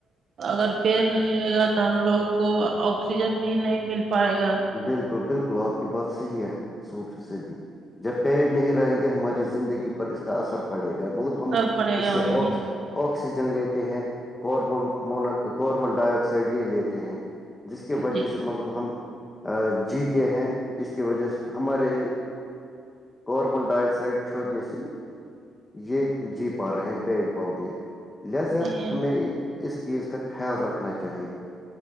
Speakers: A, on the right (about 55°); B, on the left (about 20°).
A: اگر پیڑ نہیں رہے گا تو ہم لوگوں کو آکسیجن بھی نہیں مل پائے گا
B: بالکل بالکل آپ کی بات صحیح ہے سو فیصدی جب پیڑ نہیں رہیں گے ہماری زندگی پر اس کا اثر پڑے گا مطلب
A: اثر
B: ہم
A: پڑے
B: اس
A: گا
B: سے اک
A: ہم
B: اوک آکسیجن لیتے ہیں کارب م کاربن ڈائی آکسائڈ یہ لیتے ہیں جس کی وجہ
A: جی
B: سے مطلب ہم جیتے ہیں اس کی وجہ سے ہمارے کاربن ڈائی آکسائڈ چھوڑنے سے یہ جی پا رہے ہیں پیڑ پودے لہاذا
A: جی
B: ہمیں اس چیز کا خیال رکھنا چاہیے